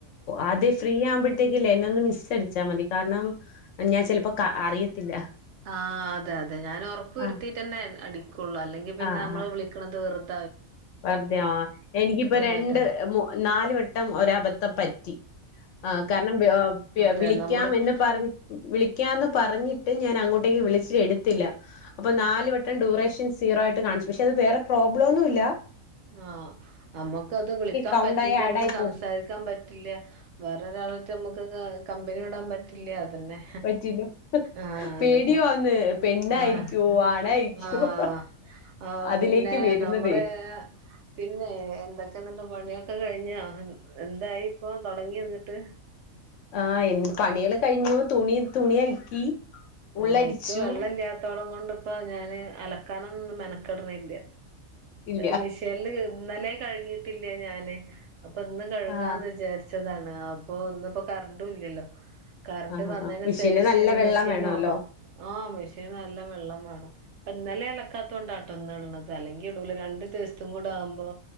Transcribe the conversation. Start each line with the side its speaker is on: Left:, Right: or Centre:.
Left: ആതെ ഫ്രീ ആവുമ്പോഴത്തേക്ക് ഇല്ലേ ഇന്നെ ഒന്ന് മിസടിച്ചാ മതി കാര്ണം ഞാൻ ചെലപ്പോ അറിയത്തില്ല
Right: ആഹ് അതെ അതെ ഞാൻ ഒറപ്പ് വെരുത്തീട്ടെന്നെ
Left: ആഹ്
Right: അടിക്കൊള്ളു. അല്ലെങ്കിൽ പിന്നെ
Left: ആഹ്
Right: നമ്മള്
Left: ആഹ്
Right: വിളിക്ക്ണത് വെറ്തെ
Left: വെറുതെ ആഹ് എനിക്കിപ്പ രണ്ട്
Right: പറ്റ
Left: നാല് വട്ടം ഒരബദ്ധം പറ്റി ആഹ് കാര്ണം
Right: അതെ
Left: വിളിക്കാം
Right: നമ്മള്
Left: എന്ന് പറഞ്ഞ് വിളി പറഞ്ഞിട്ട് ഞാൻ അങ്ങോട്ടേക്ക് വിളിച്ച് എടുത്തില്ല. അപ്പൊ നാല് വട്ടം ഡ്യൂറേഷൻ സീറോ ആയിട്ട് കാൺ പക്ഷെ അത് വേറെ പ്രോബ്ലം ഒന്നു ഇല്ല
Right: ആഹ് നമ്മക്ക് അത് വിളിക്കാൻ
Left: കൗണ്ടായി
Right: പറ്റില്ല
Left: ആഡ്
Right: നമുക്ക്
Left: ആയി പോകും
Right: സംസാരിക്കാൻ പറ്റില്ല വേറെ <unintelligible> നമുക്ക് കമ്പനി വിടാൻ പറ്റില്ല അതുതന്നെ
Left: പറ്റില്ല
Right: ആഹ്
Left: പേടിയാന്ന്
Right: അതുതന്നെ
Left: പെണ്ണായിരിക്കുവോ
Right: ആഹ്
Left: ആണായിരിക്കുവോ
Right: ആഹ് ആഹ്
Left: അതിലേക്ക്
Right: പിന്നെ
Left: വരുന്നതേ
Right: നമ്മള് പിന്നെ എന്തൊക്കെ എന്നിട്ട് പണിയൊക്കെ കഴിഞ്ഞാ എന്തായി ഇപ്പൊ തുടങ്ങി വന്നിട്ട്
Left: ആഹ് പണികള് കഴിഞ്ഞു തുണി തുണി അലക്കി ഉള്ളടിച്ചു
Right: ആഹ് എനിക്ക് വെള്ളം ഇല്ലാത്തോടം കൊണ്ടിപ്പോ ഞാന് അലക്കാനൊന്നും മെനക്കെടുന്നില്ല
Left: ഇല്ല
Right: മിഷനില് ഇന്നലെയും കഴുകിയിട്ടില്ല ഞാന് അപ്പൊ ഇന്ന് കഴുകാന്ന്
Left: ആഹ്
Right: വിചാരിച്ചതാണ് അപ്പൊ ഇന്നിപ്പോ കരണ്ടും ഇല്ലല്ലോ കറണ്ട്
Left: ആഹ്
Right: വന്നതിന്
Left: ആഹ് മിഷീന്
Right: ശേഷമാണ്
Left: നല്ല വെള്ളം
Right: മെഷീന്
Left: വേണല്ലോ
Right: ഓണാ ആ മെഷീന് നല്ല വെള്ളം വേണം ഇപ്പ ഇന്നലെ അലക്കാത്ത കൊണ്ടാട്ടോ ഇന്നുള്ളത് അല്ലെങ്കി ഇടൂല രണ്ട് ദിവസത്തെയും കൂടെ ആകുമ്പോ